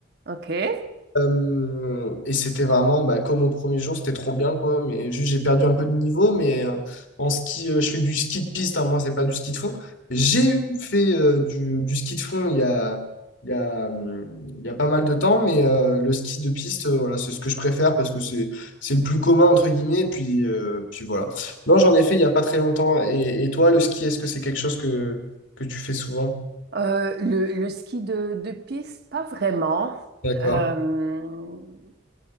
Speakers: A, on the right (about 55°); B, on the left (about 70°).
A: OK.
B: Euh, et c'était vraiment bah, comme au premier jour, c'était trop bien quoi. Mais juste j'ai perdu un peu de niveau, mais euh, en ski, euh, je fais du ski de piste, hein, moi c'est pas du ski de fond. J'ai eu fait euh, du, du ski de fond il y a, il y a, hum, il y a pas mal de temps, mais euh, le ski de piste, euh, voilà, c'est ce que je préfère parce que c'est c'est le plus commun entre guillemets. Et puis, euh, puis voilà. Non, j'en ai fait il y a pas très longtemps. Et, et toi, le ski, est-ce que c'est quelque chose que, que tu fais souvent?
A: Euh, le, le ski de, de piste, pas vraiment.
B: D'accord.
A: Euh,